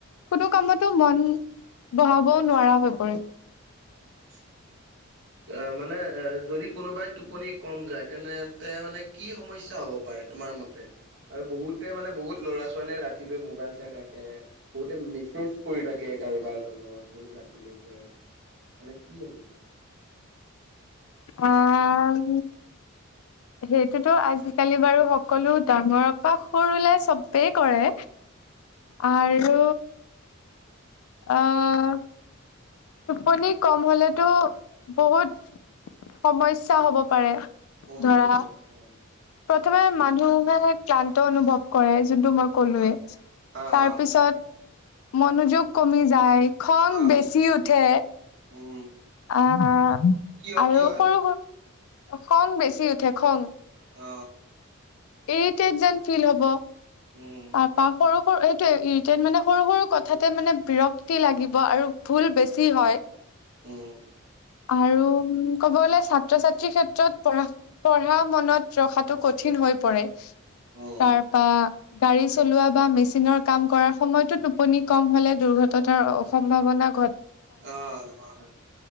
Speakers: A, on the left; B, on the right.
A: কোনো কামতো মন বহাব নোৱাৰা হৈ পৰে।
B: অ অ মানে এ যদি কোনোবাই টোপনি কম যায় তেনেতে মানে কি সমস্যা হব পাৰে? তোমাৰ মতে আৰু বহুতে মানে বহুত ল'ৰা ছোৱালীয়ে ৰাতিলৈ মোবাইল চাই থাকে বহুতে মেছেজ কৰি থাকে থাকে কাৰোবাৰ লগত বহুত ৰাতিলৈকে, মানে কি হ'ব পাৰে?
A: আহ সেইটোতো আজিকালি বাৰু সকলো ডাঙৰৰ পৰা সৰুলে চবেই কৰে। আৰু
B: উম,
A: আহ টোপনি কম হলেতো বহুত সমস্যা হ'ব পাৰে।
B: উম,
A: ধৰা
B: উম,
A: প্ৰথমে মানুহে ক্লান্ত অনুভৱ কৰে। যোনটো মই ক'লোৱে,
B: হা, হা, হা,
A: তাৰ পিছত মনোযোগ কমি যায়। খং
B: হা,
A: বেছি উঠে
B: উম।
A: আহ
B: কি, হয়,
A: আৰু
B: কি, হয়।
A: সৰু সৰু খং বেছি উঠে খং
B: অ
A: চৰিত এক্সাম ইৰিটেট যেন ফিল হব
B: উম,
A: তাৰপা সৰু সৰু এইটোৱে ইৰিটেট মানে সৰু সৰু কথা <unintelligible> হঠাতে মানে বিৰক্তি লাগিব, আৰু ভুল বেছি হয়।
B: উম
A: আৰু ক'ব গলে ছাত্ৰ -ছাত্ৰীৰ ক্ষেত্ৰত পঢা পঢ়া মনত ৰখাটো কঠিন। হৈ পৰে
B: উম,
A: তাৰপা। গাড়ী চলোৱা বা মেচিনৰ কাম কৰ সময়তো টোপনি কম হলে দুৰ্ঘটনাৰ সম্ভাৱনা। ঘৰত।
B: অ অ